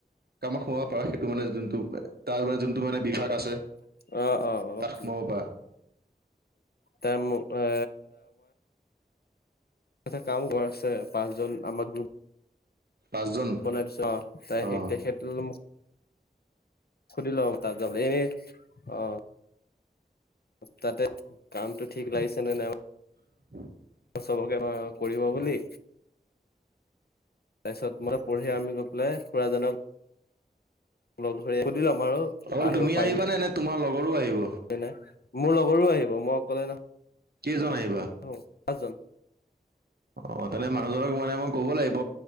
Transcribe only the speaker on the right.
কামত সোমাব পাৰ সেইটো মানে যোনটো তাৰ মানে যোনটো মানে বিভাগ আছে।
তাত
সোমাব পাৰা
পাঁচজন
অ
<inaudible>
অকল
তুমি
আহিবা নে নে তোমাৰ লগৰো আহিব
কেইজন আহি
অ', তেনে মানুহজনক মানে মই ক'ব লাগিব।